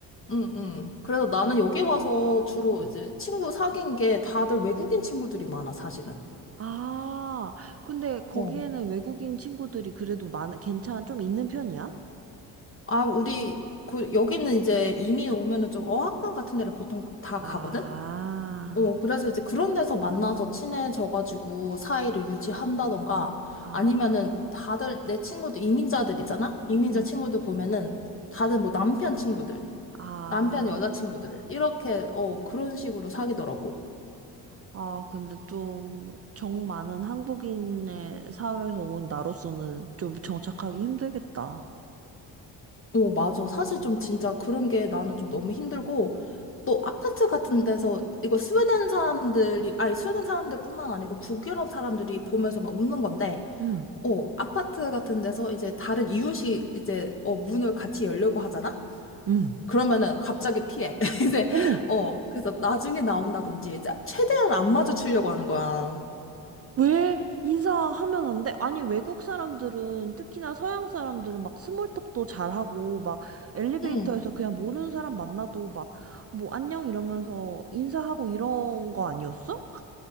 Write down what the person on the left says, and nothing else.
응응. 그래서 나는 여기 와서 주로
이제 친구 사귄 게 다들 외국인 친구들이 많아, 사실은.
어.
아, 우리, 그, 여기는 이제 이민 오면은 좀 어학당 같은 데를 보통 다
가거든? 어, 그래서 이제 그런 데서 만나서 친해져가지고 사이를 유지한다던가
아니면은 다들 내 친구들, 이민자들 있잖아? 이민자
친구들 보면은 다들 뭐 남편 친구들,
남편 여자 친구들, 이렇게, 어, 그런 식으로 사귀더라고.
어, 맞아. 사실 좀 진짜 그런 게 나는 좀 너무 힘들고, 또 아파트 같은 데서 이거 스웨덴 사람들이, 아니, 스웨덴 사람들뿐만 아니고 북유럽 사람들이 보면서 막 웃는 건데,
어, 아파트 같은 데서 이제 다른 이웃이 이제, 어, 문을 같이 열려고 하잖아?
그러면은 갑자기 피해. <laughs> 이제,
어, 그래서 나중에 나온다든지, 이제 최대한 안 마주치려고 하는 거야.
응.